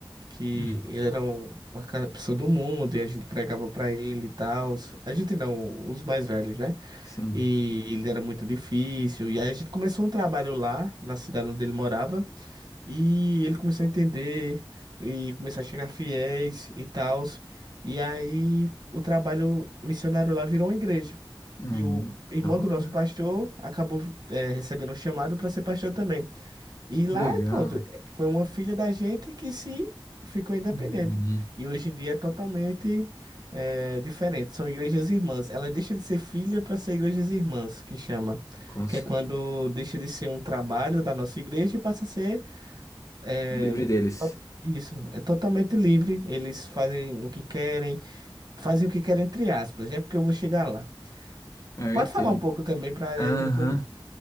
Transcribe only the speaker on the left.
Hum,
Sim.
Hum,
da hora.
Que legal.
Uhum.
Com
cer-
Livre deles.
É, eu
entendo.
Aham.